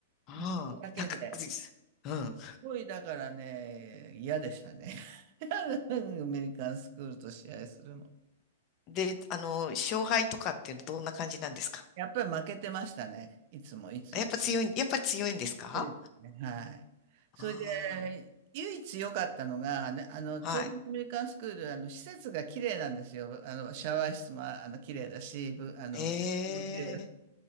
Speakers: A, on the left; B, on the right.
A: うん。
B: う。もう、だけで。
A: 高くです。うん。
B: ごい、だからね、嫌でしたね。<laughs> アメリカンスクールと試合するの。
A: で、あの、勝敗とかってどんな感じなんですか
B: やっぱり負けてましたね。いつもいつも。
A: やっぱ強い、やっぱり強いんですか
B: ですねはい。それで、
A: あ
B: 唯一良かったのが、ね、あの、
A: あはい。
B: ちょうどアメリカンスクール、あの、施設が綺麗なんですよ。あの、シャワー室も、あの、綺麗だし、ぶ、あの、
A: ええ、
B: ブックも綺麗だ